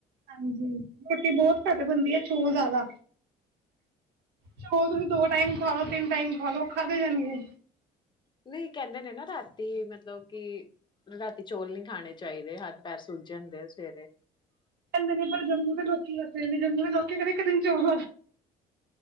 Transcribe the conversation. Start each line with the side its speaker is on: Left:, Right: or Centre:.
Right: ਹਾਂਜੀ ਰੋਟੀ ਬਹੁਤ ਘੱਟ ਬਣਦੀ ਆ ਚੋਲ ਜ਼ਿਆਦਾ ਚੋਲ ਤੁਸੀਂ ਦੋ ਟਾਈਮ ਖਾ ਲੋ ਤਿੰਨ ਟਮ ਖਾ ਲੋ ਖਾਧਦੇ ਜਾਣ ਗੇ
Left: ਨਹੀਂ ਕਹਿੰਦੇ ਨੇ ਨਾ ਰਾਤੀ ਮਤਲਬ ਕਿ ਰਾਤੀ ਚੌਲ ਨਹੀਂੀ ਖਾਣੇ ਚਾਹੀਦੇ ਹੱਥ ਪੈਰ ਸੁੱਜ ਜਾਂਦੇ ਆ ਸਵੇਰੇ
Right: ਦੇ ਨੇ ਪਰ ਜੰਮੂ ਦੇ ਲੋਕੀ ਦਸੇ ਨੇ ਜੰਮੂ ਦੇ ਲੋਕੀ ਘਰੇ ਦਿਨ ਚੋਲ